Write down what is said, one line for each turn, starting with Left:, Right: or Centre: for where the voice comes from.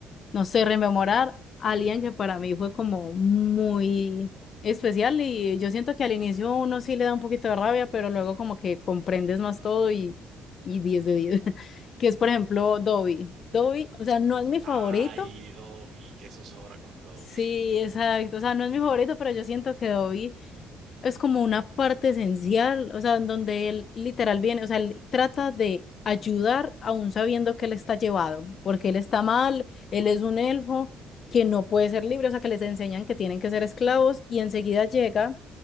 Left: no sé, rememorar a alguien que para mí fue como muy especial y yo siento que al inicio uno sí le da un poquito de rabia, pero luego como que comprendes más todo y, y 10 de 10 <laughs> que es por ejemplo Dobby. Dobby, o sea, no es mi favorito,
Right: Ay, Dobby, qué zozobra con Dobby.
Left: sí, exacto, o sea, no es mi favorito, pero yo siento que Dobby es como una parte esencial, o sea, en donde él literal viene, o sea, él trata de ayudar aún sabiendo que él está llevado, porque él está mal, él es un elfo que no puede ser libre, o sea, que les enseñan que tienen que ser esclavos y enseguida llega.